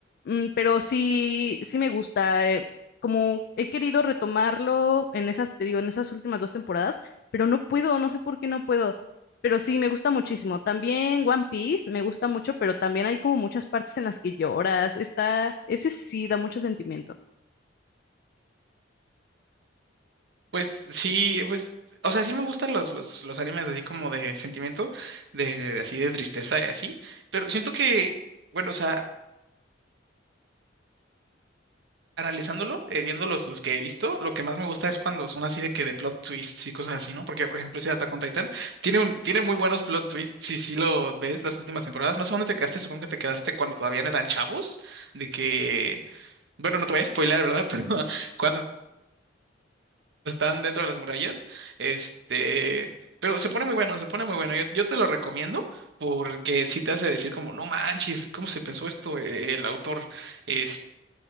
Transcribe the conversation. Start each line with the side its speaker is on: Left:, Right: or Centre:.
Left: Mm, pero sí, sí me gusta, eh, como he querido retomarlo en esas, te digo, en esas últimas dos temporadas, pero no puedo, no sé por qué no puedo. Pero sí, me gusta muchísimo. También One Piece me gusta mucho, pero también hay como muchas partes en las que lloras. Está, ese sí da mucho sentimiento.
Right: Pues sí, pues. O sea, sí me gustan los, los, los animes así como de sentimiento, de, de- así de tristeza y así. Pero siento que, bueno, o sea. analizándolo, eh, viendo los, los que he visto, lo que más me gusta es cuando son así de que de plot twists y cosas así, ¿no? Porque, por ejemplo, ese de Attack on Titan tiene, un, tiene muy buenos plot twists, si sí lo ves las últimas temporadas. No sé dónde te quedaste, supongo que te quedaste cuando todavía no eran chavos, de que, bueno, no te voy a spoiler, ¿verdad? <laughs> Pero cuando están dentro de las murallas. Este, pero se pone muy bueno, se pone muy bueno. Yo, yo te lo recomiendo porque sí te hace decir como, no manches, ¿cómo se pensó esto eh, el autor? Este,